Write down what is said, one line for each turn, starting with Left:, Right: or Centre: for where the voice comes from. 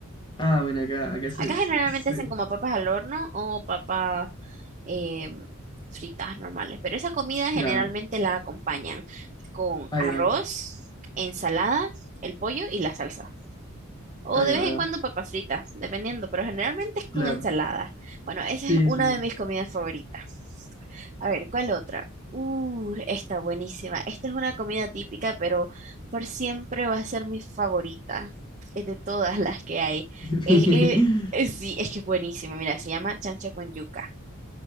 Left: Ah, bueno, acá, acá se,
Right: Acá
Left: se-
Right: generalmente
Left: se-
Right: hacen como papas al horno o papas eh, fritas normales, pero esa comida
Left: Claro.
Right: generalmente la acompañan con
Left: Ahí
Right: arroz,
Left: va,
Right: ensalada, el pollo y la salsa. O
Left: ahí
Right: de
Left: va,
Right: vez
Left: ahí va.
Right: en cuando papas fritas, dependiendo, pero generalmente es con
Left: Claro.
Right: ensalada. Bueno, esa
Left: Sí,
Right: es una
Left: sí.
Right: de mis comidas favoritas. A ver, ¿cuál otra? Uh, esta buenísima. Esta es una comida típica, pero por siempre va a ser mi favorita eh, de todas las que hay.
Left: <laughs>
Right: Eh, eh, eh, sí, es que es buenísima. Mira, se llama chancho con yuca.